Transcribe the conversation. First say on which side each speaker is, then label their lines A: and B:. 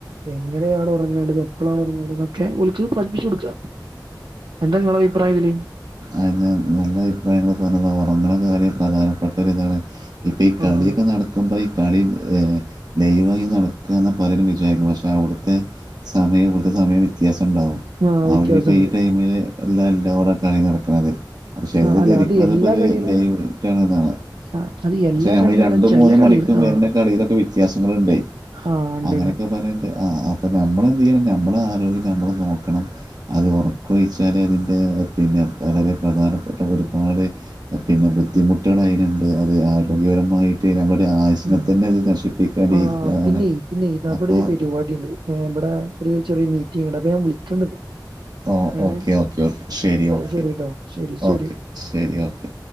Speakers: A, on the right; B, on the right.
A: എങ്ങനെയാണ് ഒറങ്ങേണ്ടത് എപ്പളാണ് ഒറങ്ങേണ്ടെന്നൊക്കെ ഓൽക് പഠിപ്പിച്ചു കൊടുക്ക എന്താ നിങ്ങളെ അഭിപ്രായതിൽ
B: അതന്നെ നല്ല അഭിപ്രായങ്ങൾ പറഞ്ഞുന്നത് ഉറങ്ങണ കാര്യൽ പ്രധാനപ്പെട്ടതാണ് ഇപ്പം ഈ കളിയൊക്കെ
A: ആഹ്
B: നടക്കുമ്പോൾ ഈ കളി ലൈവായി നടക്കുക എന്ന പലരും വിചാരിക്കും പക്ഷെ അവിടുത്തെ സമയം ഇവിടുത്തെ സമയം വ്യത്യാസംണ്ടാവും
A: ആഹ്
B: അവര്പ്പ
A: വ്യത്യാസണ്ട്
B: ഈ ടൈമില് എല്ലാം എല്ലവിടെ കളി നടക്കണുന്നത് അപ്പ ചിലര്
A: ആഹ് അല്ല
B: ധരിക്കണത്
A: എല്ലാ
B: ഇപ്പ അത്
A: കളികളിലും
B: ലൈട്ടാണ്ന്നതാണ്
A: ആഹ് അത് എല്ലാ
B: പക്ഷെ ഞമ്മളീ
A: കളികളിലും
B: രണ്ടു
A: ചെല
B: മൂന്ന്
A: കളികള്
B: മണിക്കും
A: ആഹ്
B: വരുന്ന കളിയിലൊക്കെ വ്യത്യാസങ്ങൾ ഉണ്ടേ
A: ആഹ് ഇണ്ട്ണ്ട്
B: അങ്ങനെയൊക്കെ പറഞ്ഞണ്ട് അപ്പൊ നമ്മൾ എന്ത് ചെയ്യണം. നമ്മള ആരോഗ്യം നമ്മൾ നോക്കണം അത് ഉറക്ക ഒഴിച്ചാൽ അതിൻ്റെ പിന്നെ വളരെ പ്രധാനപ്പെട്ട ഒരുപാട് പിന്നെ ബുദ്ധിമുട്ടുക അതിനുണ്ട് അത് ആരോഗ്യപരമായിട്ട് നമ്മുടെ ആയുസ്സിനെ
A: ഉം
B: തന്നെ അത് നശിപ്പിക്കുന്ന
A: ആ
B: രീതിയിലാണ്
A: പിന്നെ പിന്നെ അവിട
B: അപ്പോൾ
A: ഒര് പരിപാടി ഉണ്ട് എ ഇവിടെ ഒരു ചെറിയ മീറ്റിംഗ് ഉണ്ട് അപ്പൊ വിളിക്കണ്ട്
B: ഓ
A: ഏഹ്
B: ഓക്കേ ഓക്കേ ഓക്കേ ശരി ഓക്കെ
A: ശരിട്ടോ ശരി ശരി
B: ഓക്കെ ശരി ഓക്കെ